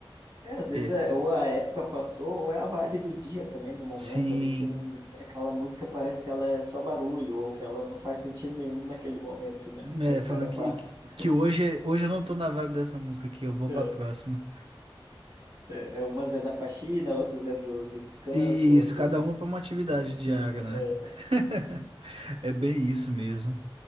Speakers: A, on the right (about 40°); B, on the right (about 85°).
A: É, às vezes
B: É.
A: é, ou a época passou, ou é a vibe do dia também, do momento
B: Sim.
A: ali, que n- aquela música parece que ela é só barulho, ou que ela não faz sentido nenhum naquele momento, né? Aí
B: É,
A: o
B: falando
A: cara passa.
B: que, que, que hoje, hoje eu não tô na vibe dessa música aqui, eu vou
A: É.
B: pra próxima.
A: É, é, umas é da faxina, outras é do, do descanso,
B: E
A: outras.
B: isso, cada uma pra uma atividade
A: Enfim,
B: diária,
A: né? É.
B: né? <laughs> É bem isso mesmo.